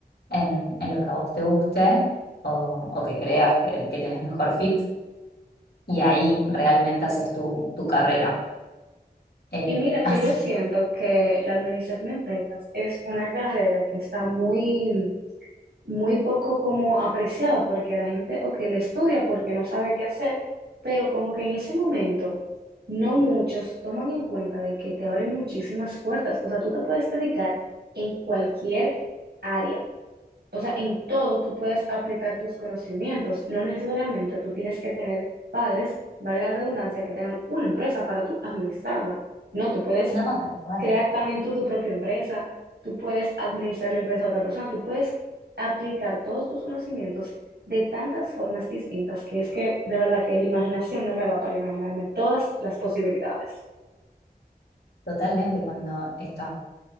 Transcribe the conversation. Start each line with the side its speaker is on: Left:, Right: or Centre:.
Left: en, en lo que a vos te guste o, o que creas que, que tenés mejor fit. Y ahí realmente haces tu, tu carrera. Eh,
Right: Y mira que
Left: <laughs>
Right: yo
Left: así.
Right: siento que la administración de empresas es una carrera que está muy muy poco como apreciada porque la gente o que le estudia porque no sabe qué hacer, pero como que en ese momento no muchos toman en cuenta de que te abre muchísimas puertas. O sea, tú te puedes dedicar en cualquier área. O sea, en todo tú puedes aplicar tus conocimientos. No necesariamente tú tienes que tener padres, valga la redundancia, que tengan una empresa para tú administrarla. No, tú puedes
Left: No, tal cual.
Right: crear también tú tu propia empresa, tú puedes administrar la empresa a otra persona, tú puedes aplicar todos tus conocimientos de tantas formas distintas que es que de verdad que la imaginación no me da para imaginarme todas las posibilidades.
Left: Totalmente, cuando estaba